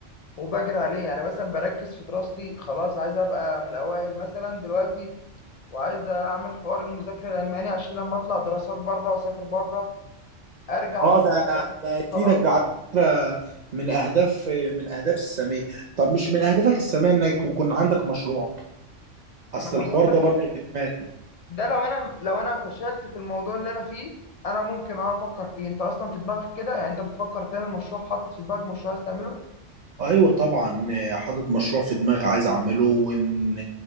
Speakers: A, on the left (about 55°); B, on the right (about 50°).
A: وبجري عليه انا مثلا بركز في دراستي خلاص عايز ابقى من الاوائل مثلا دلوقتي وعايز اعمل حوار المذاكره الالماني عشان لما اطلع دراسات بره واسافر بره ارجع
B: اه
A: بقى
B: ده ده يفيدك
A: خلاص
B: ده على فكره من اهداف من اهداف الساميه طب مش من اهدافك الساميه انك يكون عندك مشروع اصل
A: ما انا
B: الحوار
A: بقول
B: ده
A: لك
B: برضه في دماغي
A: ده لو انا لو انا فشلت في الموضوع اللي انا فيه انا ممكن اه افكر فيه انت اصلا في دماغك كده يعني انت بتفكر تعمل مشروع حاطط في دماغك مشروع عايز تعمله
B: ايوه طبعا آه، حاطط مشروع في دماغي عايز اعمله وان